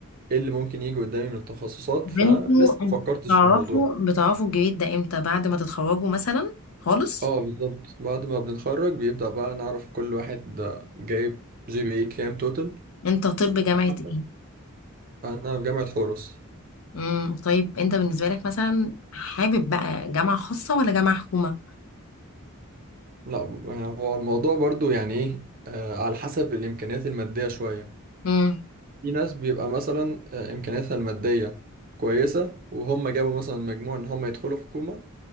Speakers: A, on the right; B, on the left.
A: ايه اللي ممكن يجي قدامي من التخصصات
B: بنتوا
A: فلسه
B: انت
A: ما فكرتش
B: تعرفوا
A: في الموضوع
B: بتعرفوا الجريد ده امتى بعد ما تتخرجوا مثلا خالص
A: اه بالظبط بعد ما بنتخرج بيبدأ بقى نعرف كل واحد ده جايب جي بي اي كام توتال
B: انت طب جامعة
A: مثلا
B: ايه
A: انا في جامعة حورس
B: امم طيب انت بالنسبه لك مثلا حابب بقى جامعه خاصه ولا جامعه حكومه
A: لا يعني هو الموضوع برضو يعني ايه آه، على حسب الامكانيات المادية شوية
B: امم
A: في ناس بيبقى مثلا آه، إمكانياتها المادية كويسة وهم جابوا مثلا مجموع إن هم يدخلوا حكومة